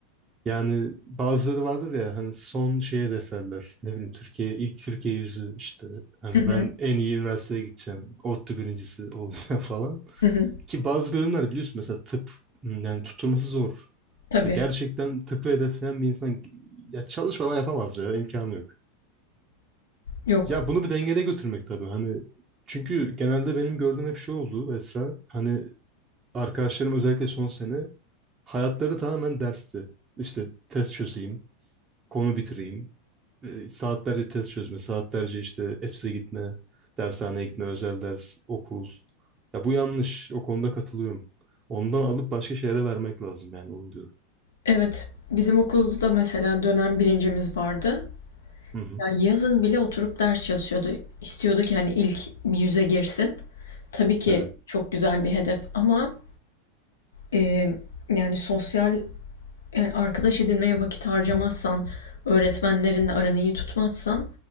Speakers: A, on the right; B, on the left.
A: Yani bazıları vardır ya hani son şeye defterler. Ne bileyim Türkiye ilk Türkiye yüzü işte hani
B: Hı hı,
A: ben en iyi üniversiteye gideceğim. ODTÜ birincisi olacağım <laughs> falan.
B: hı hı.
A: Ki bazı bölümler biliyorsun mesela tıp hmm, yani tutturması zor.
B: Tabii.
A: Ya gerçekten tıpı hedefleyen bir insan ya çalışmadan yapamaz ya imkanı yok.
B: Yok.
A: Ya bunu bir dengede götürmek tabii hani çünkü genelde benim gördüğüm hep şey oldu Esra. Hani arkadaşlarım özellikle son sene hayatları tamamen dersti. İşte test çözeyim, konu bitireyim. E, saatlerce test çözme, saatlerce işte EFS'e gitme, dershaneye gitme, özel ders, okul. Ya bu yanlış. O konuda katılıyorum. Ondan alıp başka şeylere vermek lazım yani onu diyorum.
B: Evet. Bizim okulda mesela dönem birincimiz vardı.
A: Hı hı.
B: Ya yazın bile oturup ders çalışıyordu. İstiyordu ki hani ilk bir yüze girsin. Tabii ki
A: Evet,
B: çok güzel bir hedef ama e, yani sosyal yani arkadaş edinmeye vakit harcamazsan, öğretmenlerinle aranı iyi tutmazsan